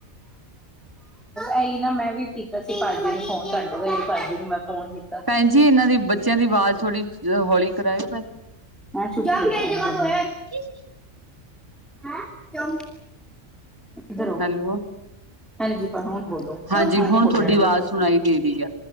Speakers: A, in the centre; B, on the right.
A: ਆਈ ਨਾ ਮੈਂ ਵੀ ਠੀਕ ਐ ਅਸੀਂ ਭਾਜੀ ਨੂੰ ਫੋਨ ਕਰ ਦੋਗੇ ਭਾਜੀ ਨੂੰ ਮੈਂ ਫੋਨ ਕੀ
B: ਭੈਨ ਜੀ ਏਨਾਂ ਦੀ ਬੱਚਿਆਂ ਦੀ ਵਾਜ਼ ਥੋੜੀ ਹੌਲੀ ਕਰਾਏਓ ਭੈਨ
A: <inaudible>
B: ਗੀ ਅਨ
A: ਹੈਂ ਤੇ ਹੁਨ, ਏਦਰ ਆ
B: ਹੈਲੋ
A: ਹਾਂਜੀ ਆਪ ਹੁਨ ਬੋਲੋ
B: ਹਾਂਜੀ
A: ਮੈਂ
B: ਹੁਣ
A: ਨੀ ਬੋਲਨਾ
B: ਤੁਹਾਡੀ
A: ਹੈਗਾ।
B: ਆਵਾਜ਼ ਸੁਣਾਈ ਦੇ ਰਹੀ ਆ